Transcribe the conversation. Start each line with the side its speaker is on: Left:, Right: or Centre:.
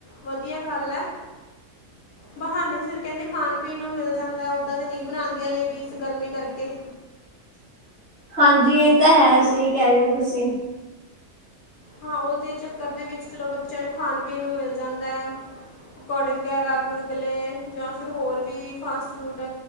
Left: ਵਧੀਆ ਗੱਲ ਹੈ। ਬਹਾਨੇ ਸਿਰ ਕਹਿੰਦੇ ਖਾਣ- ਪੀਣ ਨੂੰ ਮਿਲ ਜਾਂਦਾ ਓਦਾਂ ਤੇ ਨਹੀਂ ਬਣਾਉਂਦੀਆਂ ਲੇਡੀਜ਼ ਗਰਮੀ ਕਰਕੇ।
Right: ਹਾਂਜੀ ਇਹ ਤਾਂ ਹੈ ਸਹੀ ਕਹਿ ਰਹੇ ਹੋ ਤੁਸੀਂ।
Left: ਹਾਂ ਉਹਦੇ ਚੱਕਰ ਦੇ ਵਿੱਚ ਚਲੋ ਬੱਚਿਆਂ ਨੂੰ ਖਾਣ- ਪੀਣ ਨੂੰ ਮਿਲ ਜਾਂਦਾ ਹੈ। ਪਕੌੜੇ ਵਗੈਰਾ ਗੁਲਗੁਲੇ ਜਾਂ ਫੇਰ ਹੋਰ ਵੀ ਫਾਸਟ ਫੂਡ